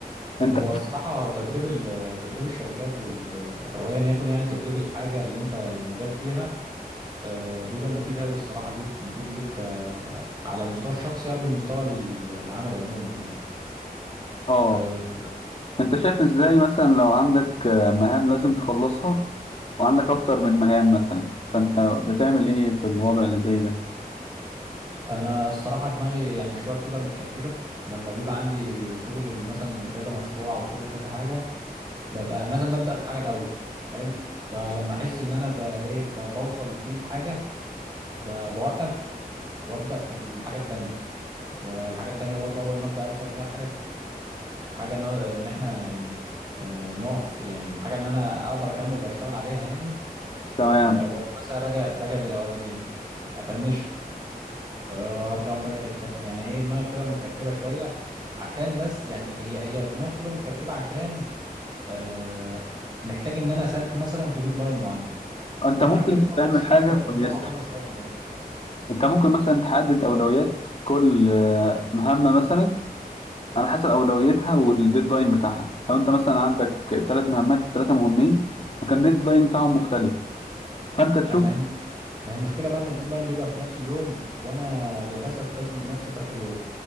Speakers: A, on the left; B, on the right.
A: أنت
B: هو الصراحه تدريب ال- تدريب الشركات وال او ايا يكن يعني تدريب الحاجه اللي انت المجال فيها آه، بيبقى مفيد قوي الصراحه ليك مفيد ليك آه، على المستوى الشخصي قبل المستوى ال- العملي عموما يعني
A: آه
B: آه،
A: انت شايف ازاي مثلا لو عندك آه، مهام لازم تخلصها وعندك اكتر من مهام مثلا فانت بتعمل ايه في الوضع اللي زي ده
B: انا الصراحه دماغي يعني شويه بتبقى متكركبه لما بيبقى عندي شغل مثلا لكذا مشروع او شغل كذا حاجه ببقى مثلا ببدا في حاجه الاول حلو فلما احس ان انا ب- ايه ب- بوصل فيه الحاجه بوقف وابدا في الحاجه التانية والحاجه التانية برضه اول ما ابدا اوصل فيها الحاجه حاجه نوع ان احنا يعني آه نقف يعني الحاجه ان انا اقدر اكمل واشتغل عليها يعني
A: تمام
B: آه بقوم مثلا راجع راجع للاولانيه افنشها آه، ارجع اقوم راجع للتاني يعني ايه دماغي بتبقى متكركبه شويه عشان بس يعني هي هي دماغي بتبقى متكركبه عشان آه محتاج ان انا اسلم مثلا في ديدلاين معين
A: انت
B: فانا
A: ممكن
B: محتاج اخلص
A: تعمل حاجة
B: شويه
A: كويسة
B: من ده واخلص شويه من ده
A: انت ممكن مثلا تحدد اولويات كل آه، مهمة مثلا على حسب اولويتها والديدلاين بتاعها لو انت مثلا عندك ثلاث مهمات ثلاثة مهمين وكان الديدلاين بتاعهم مختلف فانت تشوف
B: اما هي ما هي المشكله بقى ان الديدلاين بيبقى في نفس اليوم وانا للاسف بزنق نفسي في اخر يوم